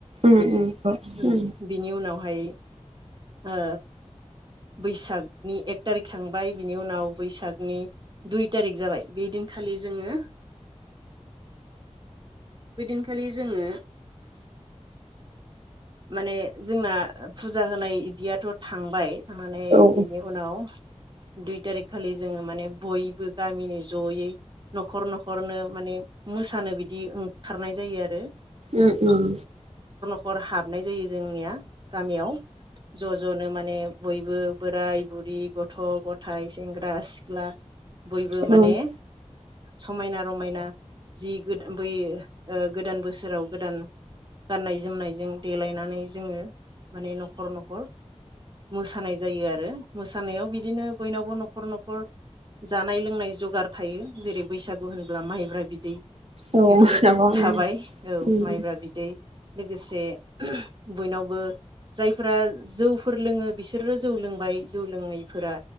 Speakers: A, on the right; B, on the right.
A: उम
B: बिनि
A: उम औ
B: ओम
A: उम
B: बिनि उनावहाय हो बैसागनि एक तारिख थांबाय बिनि उनाव बैसागनि दुइ तारिख जाबाय बे दिनखालि जोङो बेदिनखालि जोङो माने जोंना फुजा होनाय इदियाथ' थांबाय थांनानै
A: औ उम
B: बिनि उनाव दुइ थारिख खालि जोङो माने बयबो गामिनि जयै न'खर न'खरनो माने मोसानो बिदि ओंखारनाय जायो आरो।
A: उम उम।
B: हर हाबनाय जायो जोंनिया गामियाव ज' ज'नो माने बयबो बोराय बुरि गथ' गथाय सेंग्रा सिख्ला बयबो
A: उम
B: माने
A: उम
B: समायना रमायना जि ओ बै गोदान बोसोराव गोदान गाननाय जोमनायजों देलायनानै जोङो माने न'खर न'खर मोसानाय जायो आरो। मोसानायाव बिदिनो बोयनावबो न'खर न'खर जानाय लोंनाय जगार थायो जेरै बैसागु होनब्ला माइब्रा बिदै
A: औ
B: बेफोरो
A: आब' उम
B: थाबाय औ
A: उम
B: माइब्रा बिदै। लोगोसे बयनावबो जायफोरा जौफोर लोङो बिसोरो जौ लोंबाय जौ लोङैफोरा